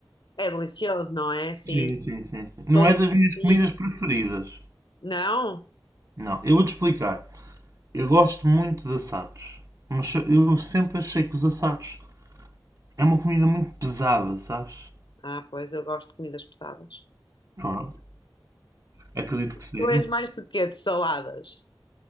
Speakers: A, on the left (about 75°); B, on the right (about 40°).
A: É delicioso, não é? Assim,
B: Sim, sim, sim, sim. Não
A: todo
B: é das
A: pequenininho.
B: minhas comidas preferidas.
A: Não?
B: Não, eu vou-te explicar. Eu gosto muito de assados, mas se- eu sempre achei que os assados é uma comida muito pesada, sabes?
A: Ah, pois eu gosto de comidas pesadas.
B: Pronto, acredito que sim.
A: Tu és mais de quê? De saladas?